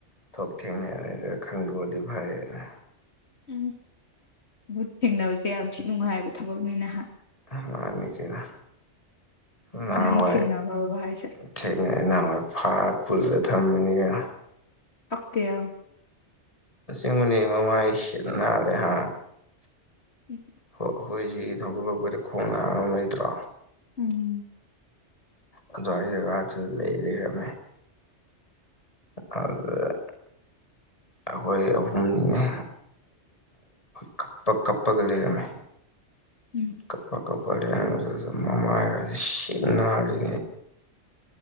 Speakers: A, on the left (about 30°); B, on the left (about 65°).
A: ꯊꯣꯛꯣꯛ ꯊꯦꯡꯅ ꯍꯥꯏꯔ ꯈꯪꯗꯣꯛꯑꯗꯤ ꯐꯔꯦꯅ
B: ꯎ ꯕꯨꯠ ꯊꯦꯡꯅꯕꯁꯦ ꯌꯥꯝ ꯊꯤ ꯅꯨꯡꯉꯥꯏꯕ ꯊꯕꯛꯅꯤꯅꯍꯥꯛ
A: ꯃꯥꯅꯤ ꯀꯅ ꯅꯍꯥꯟꯋꯥꯏ
B: ꯅꯪ ꯊꯦꯡꯅꯈ꯭ꯔꯕꯣ ꯍꯥꯏꯁꯦ
A: ꯊꯦꯡꯅꯉꯥꯏ ꯅꯍꯥꯟꯋꯥꯏ ꯐꯥꯔ ꯄꯨꯜꯂꯒ ꯊꯝꯝꯕꯅꯤꯅ
B: ꯄꯀꯦ ꯌꯥ
A: ꯅꯪ ꯃꯃꯥꯏ ꯁꯤꯠꯅꯔꯦꯍꯥ
B: ꯎ
A: ꯍ ꯍꯣꯏꯁꯤ ꯊꯔ ꯈꯣꯡꯅꯝ ꯂꯩꯇ꯭ꯔꯣ
B: ꯎꯝꯝ
A: ꯑꯗꯨ ꯑꯩꯏ ꯖꯒꯥꯗꯨꯗ ꯂꯩ ꯂꯩꯔꯝꯃꯦ ꯑꯗꯨꯗ
B: ꯎ
A: ꯑꯩꯈꯣꯏ ꯑꯍꯨꯝꯅꯤꯉ ꯀꯄ ꯀꯄꯒ ꯂꯩꯔꯃꯦ
B: ꯎꯝ
A: ꯀꯞꯄꯥ ꯀꯄ ꯂꯩꯅꯃ ꯁꯤꯅꯅꯤ